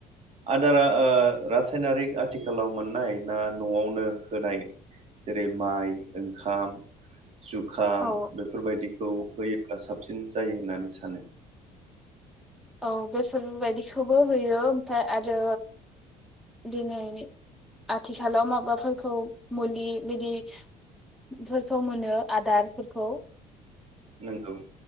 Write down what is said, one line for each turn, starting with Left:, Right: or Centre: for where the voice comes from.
Right: आदारा रासायनारिक आथिखालाव मोननाय ना न'आवनो होनाय जेरै माइ ओंखाम जुखाम
Centre: औ
Right: बेफोरबायदि औ होयोब्ला साबसिन जायो होननानै सानो
Centre: औ बेफोरबायदिखौबो होयो ओमफ्राय आरो दिनैनि आथिखालाव माबाफोरखौ मुलि बिदिफोरखौ मोनो आदारफोरखौ
Right: नोंगौ